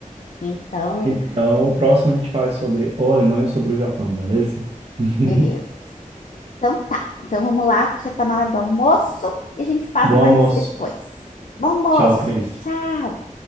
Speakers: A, on the left; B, on the right.
A: Então,
B: Então, o próximo a gente faz sobre ou a Alemanha ou sobre o Japão, beleza? <laughs>
A: beleza. Então tá. Então vamos lá, que já tá na hora do almoço e a gente faz
B: Bom
A: mais
B: almoço.
A: depois. Bom almoço.
B: Tchau, Cris.
A: Tchau.